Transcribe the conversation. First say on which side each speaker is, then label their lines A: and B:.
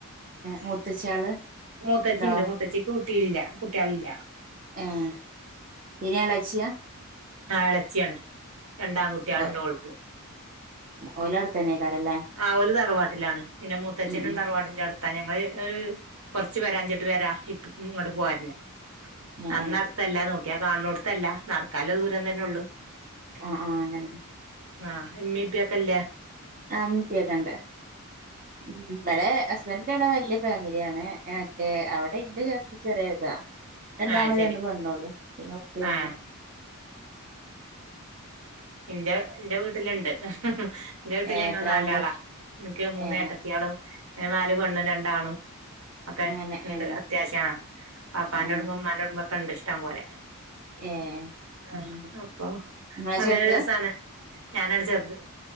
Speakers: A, on the right; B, on the right.
A: മൂത്തച്ച്യാള്
B: മുത്തച്ചിണ്ട്
A: ഇണ്ടോ
B: മത്തച്ചിക്ക് കുട്ടിയില്ല കുട്ടികളില്ല
A: ആഹ് പിന്നെ എളച്ചിയാ
B: ആ ഇളച്ചിയാണ് രണ്ടാംകുട്ടിയാണ്
A: ഓ
B: ഉണ്ട്ൾക്ക്
A: ഓല് അവ്ട്ത്തന്നേക്കാരല്ലേ
B: ആ ഒരു ഒരു തറവാട്ടിലാണ് പിന്നെ മൂത്തച്ഛനും
A: ഉം ഉം
B: തറവാടിന്റെ അടുത്താ ഞങ്ങള് കൊറച്ചു പേരാ അഞ്ചിട്ട് പേരാ ഇപ്പ ഇങ്ങോട്ട് പോരുന്ന
A: ഏ
B: നന്നടഥംല്ലാ
A: ഏ
B: നോക്ക എ കാണ കൊടുത്തല്ല നടക്കാല തന്നെ ഉള്ളൂ
A: ആ ആ അങ്ങനെ
B: ആഹ് മ്മി ഇബക്കല്ലേ
A: ആ മസിയക്കണ്ടേ ഉ മ്മല ഹസ്ബൻഡന്റെട വലിയ ഫാമിലിയാണ് മറ്റേ അവിടെ ഇന്റെ ച ചെറിയതാ രണ്ടാണോ
B: ആ ശരി
A: രണ്ട പെണ്ണള്ളൂ പിന്നെ ഉപ്പിമ്മേ
B: ആ എന്റെ എന്റെ വീട്ടിലുണ്ട് എന്റെ വീട്ടിൽ
A: ഏ
B: ഞങ്ങള്ൾ
A: എത്ര
B: നാലാളാ
A: ആളുണ്ട്
B: എനിക്ക് മൂന്നേട്ടത്തിയാളോ
A: ഏ
B: ഞങ്ങ നാല് പെണ്ണ് രണ്ടാാണ് അപ്പൊ
A: അങ്ങനെ
B: ഉണ്ട്
A: ഏ
B: അത്യാവശ്യം ആ പാപ്പാനോട്
A: ഏ
B: മ്മ കണ്ട ഇഷ്ടം പോലെ
A: ഏ നിങ്ങളെ
B: ആ അപ്പൊ അങ്ങനെ
A: ചെറുത്
B: രസാണ് ഞാനാണ് ചെറത്